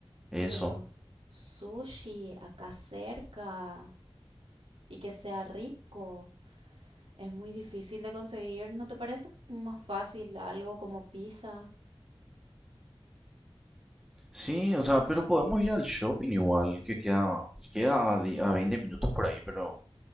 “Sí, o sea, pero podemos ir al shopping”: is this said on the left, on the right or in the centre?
Centre